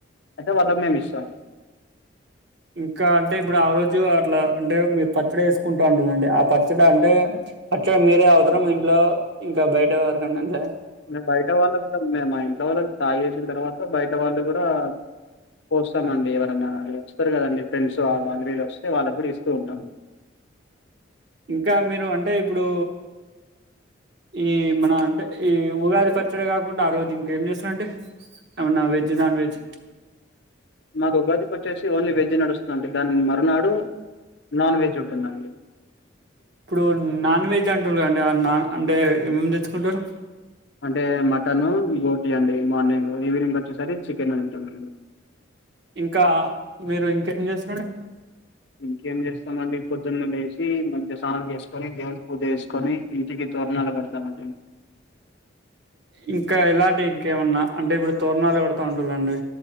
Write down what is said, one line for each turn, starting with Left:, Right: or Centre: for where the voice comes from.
Left: అయితే వాళ్ళ మేము ఇస్తాం.
Right: ఇంకా అంటే ఇప్పుడు ఆ రోజు అట్లా అంటే మీరు పచ్చడి వేసుకుంటా ఉంటుందండి ఆ పచ్చడి అంటే పచ్చడి మీరే అవసరం ఇంట్లో ఇంకా ఇంకా బయటవరికైన ఇంకా
Left: మేము బయట వాళ్ళ కూడా మేము మా ఇంట్లో వాళ్ళు తాగేసిన తర్వాత బయట వాళ్ళు కూడా పోస్తామండి ఎవరన్నా వస్తారు కదండి ఫ్రెండ్స్ వాళ్ళ వీళ్ళు వస్తే వాళ్ళప్పుడు ఇస్తూ ఉంటాం.
Right: ఇంకా మీరు అంటే ఇప్పుడు ఈ మన అంటే ఈ ఉగాది పచ్చడే కాకుండా ఆ రోజు ఇంకేం చేస్తారంటే ఏమన్నా వెజ్ నాన్ వెజ్
Left: మాకు ఉగాది వచ్చేసి ఓన్లీ వెజ నడుస్తుంటే దాని మరునాడు నాన్ వెజ్ ఉంటుందండి
Right: ఇప్పుడు నాన్ వెజ్ అంటురు అండి అన్న ఏమన్న అంటే ఏమేమి తెచ్చుకుంటారు
Left: అంటే మటన్ బోటి అండి మార్నింగ్ ఈవినింగ్ వచ్చేసరి చికెన్ ఉంటుందండి
Right: ఇంకా మీరు ఇంకేం చేస్తుారండి
Left: ఇంకేం చేస్తామండి పొద్దున్న లేసి మంచి స్నానం చేసుకొని దేవుడి పూజ చేేసుకొని ఇంటికి తరణాలు కడతామండి.
Right: ఇంకా ఇలాంటి ఇంకేమన్నా అంటే ఇప్పుడు తోరణాలు కడతా ఉంటుందండి